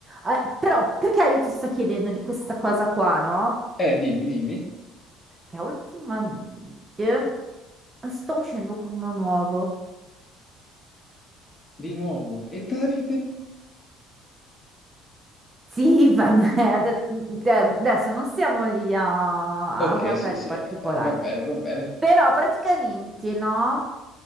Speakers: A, on the right (about 20°); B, on the left (about 25°).
A: Eh, però perché io ti sto chiedendo di questa cosa qua, no?
B: Eh, dimmi, dimmi.
A: Che ultimamente sto uscendo con uno nuovo.
B: Di nuovo, e Davide?
A: Sì, vabbè, ade- cioè, adesso non stiamo lì a,
B: Ok,
A: a guardare
B: sì, sì,
A: i particolari.
B: eh, eh, va bene, va bene.
A: Però praticamente, no?